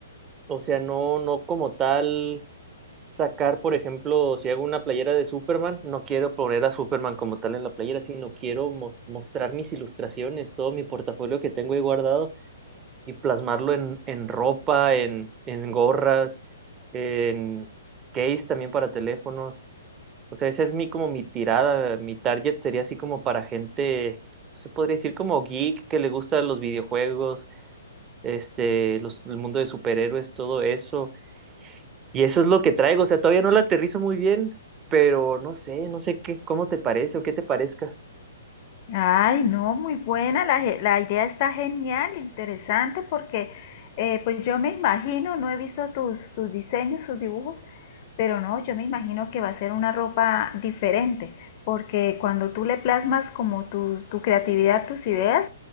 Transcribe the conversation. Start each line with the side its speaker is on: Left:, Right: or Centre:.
Right: o sea, no, no como tal sacar, por ejemplo, si hago una playera de Superman, no quiero poner a Superman como tal en la playera, sino quiero mo- mostrar mis ilustraciones, todo mi portafolio que tengo ahí guardado y plasmarlo en, en ropa, en, en gorras, en case también para teléfonos. O sea, esa es mi como mi tirada, mi target sería así como para gente, se podría decir como geek que le gustan los videojuegos, este, los, el mundo de superhéroes, todo eso y eso es lo que traigo, o sea, todavía no la aterrizo muy bien, pero no sé, no sé qué, cómo te parece o qué te parezca.
Left: Ay, no, muy buena, la, ge- la idea está genial, interesante, porque eh, pues yo me imagino, no he visto tus, tus diseños, tus dibujos, pero no, yo me imagino que va a ser una ropa diferente, porque cuando tú le plasmas como tu, tu creatividad, tus ideas,